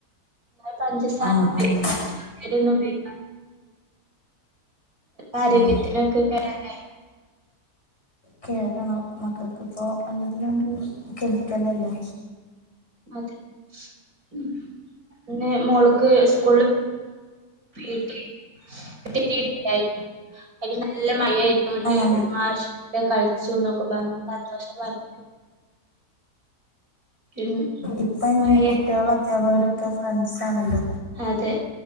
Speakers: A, on the right; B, on the left.
A: പഞ്ചാസാര
B: ആഹ്
A: <unintelligible>
B: ആഹ്
A: ഉപയോഗ ആരോഗ്യത്തിനൊക്കെ
B: ആഹ്
A: കേ ടല്ലേ
B: കേടണ് മക്കക്കിപ്പോ എല്ലതിലും
A: ഉം
B: കെമി ക്കലല്ലേ
A: അതെ ഉം പിന്നെ മോള് ക്ക് സ്കൂള് വീട്ടി <unintelligible> അയി നല്ല മഴായിയിരുന്നട്ട്
B: ആഹ്
A: മാഷ്നോട് കഴിച്ചു ന്നൊക്കെ പറഞ്ഞു സന്തോഷം പറഞ്ഞു ഉം
B: ഇപ്പൊ അയിന്
A: മഴ
B: കുട്ടിയോള് അധ്യാപകര ക്കെ ഫ്രണ്ട്സ് ആണല്ലോ
A: അതെ